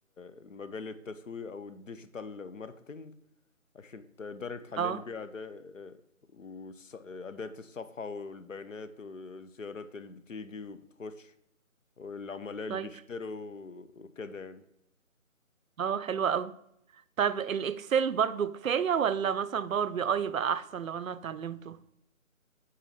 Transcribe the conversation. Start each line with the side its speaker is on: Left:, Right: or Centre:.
Left: المجال التسويق أو الديجيتال ماركتينج عشان تقدري تحللي
Right: اه
Left: بيه أداء وأداة الصفحة والبيانات والزيارات اللي بتيجي وبتخش والعملاء اللي
Right: طيب
Left: بيشتروا وكده يعني
Right: اه حلو قوي طب الاكسل برضو كفاية ولا مثلا باور بي اي بقى احسن لو انا اتعلمته